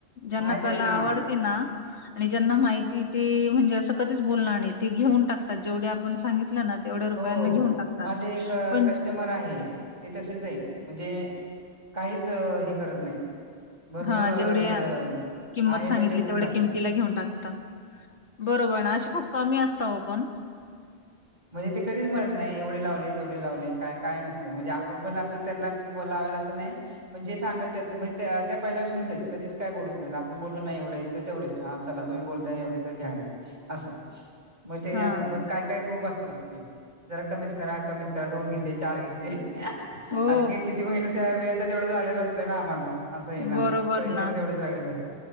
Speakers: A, on the left; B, on the right.
A: ज्यांना
B: माहित
A: कला
B: आहे
A: आवडते
B: ना
A: ना, आणि ज्यांना माहिती ते म्हणजे असं कधीच बोलणार नाही, ते घेऊन टाकतात जेवढे आपण सांगितलं ना, तेवढ्या रुपयांना
B: हो,
A: घेऊन टाकतात.
B: माझे एक
A: पण
B: कस्टमर आहे ते तसेच आहे म्हणजे काहीच अ हे करत नाही. भरपूर
A: हा
B: अ,
A: जेवढ्या
B: त्या
A: किंमत
B: आहे
A: सांगितली
B: तेवढे घेऊन
A: तेवढ्या
B: टाकते.
A: किंमतीला घेऊन टाकता. बरोबर ना अशी खूप कमी असतं ओ पण.
B: म्हणजे ते कधीच म्हणत नाही एवढे लावले तेवढे लावले, काय काय नसतं म्हणजे आपण पण अस त्यांना खूप लावेल असं नाही, पण जे सांगितले त्या पहिल्या पासूनच आहेत कधीच काय बोलत नाहीत आपण बोलं ना एवढे तर तेवढेच हा चला तुम्ही बोलताय एवढे तर घ्या असं मग ते
A: हां,
B: असं, पण काय काय खूप अस ते, जरा कमीच करा कमीच करा दोन घेते चार घेते
A: हो,
B: अरे हे किती बघितलं तरी त्या वेळचा तेवढाच आलेला असतोय ना आम्हाला. असं आहे ना
A: बरोबर
B: पैसे
A: ना.
B: पण एवढंच लागलेलं असतं.